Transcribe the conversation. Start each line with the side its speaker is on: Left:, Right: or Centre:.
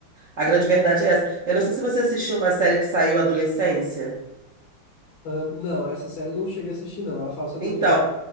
Right: A grande verdade é essa. Eu não sei se você assistiu uma série que saiu Adolescência.
Left: Ah, não, essa série eu não cheguei a assistir, não. Ela fala sobre
Right: Então,
Left: o quê?